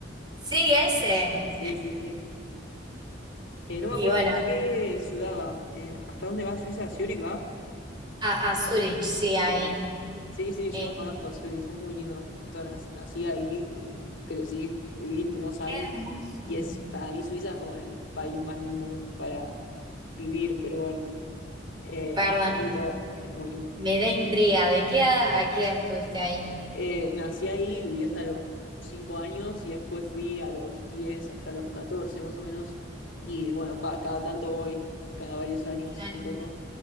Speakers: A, on the right; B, on the left.
A: sí, ese.
B: Sí, sí, sí. Eh, no me
A: Y
B: acuerdo
A: bueno,
B: hasta qué ciudad va, eh, hasta dónde va Suiza, Zurich va.
A: A, a Zurich, sí, ahí.
B: eh, Sí, sí,
A: Eh,
B: yo conozco Zurich, es muy lindo. Justo nac- nací ahí y crecí, viví unos años
A: qué hermoso.
B: y es para mí Suiza es como el país más lindo para vivir, pero bueno, eh,
A: Perdón,
B: nada, hay de todo, es muy lindo.
A: me da intriga. ¿De qué a, a qué edad estuviste ahí?
B: Eh, nací ahí, viví hasta los 5 años y después fui a los 10 hasta los 14 más o menos. Y bueno, cua- cada, tanto voy, cada varios años
A: Claro,
B: un poco.